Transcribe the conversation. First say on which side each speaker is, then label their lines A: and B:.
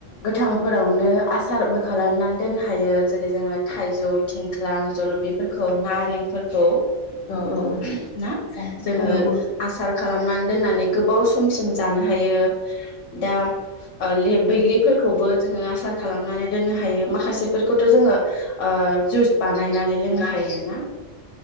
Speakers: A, on the left; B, on the left.
A: गोथांफोरावनो आसारबो खालामनानै दोननो हायो। जेरै जोङो थाइ जौ, थिंख्लां, जलिफोरखौ, नारेंफोरखौ
B: औ औ औ
A: <unintelligible> ना?
B: जानो बुङो
A: ओ
B: औ
A: आसार खाल खालामनानै दोननानै गोबाव समसिम जानो हायो। दा ओ लेब बैग्रिफोरखौबो जोङो आसार खालामनानै दोननो हायो। माखासेफोरखौथ' जोङो ओ जुस बानायनानै लोंनो हायो ना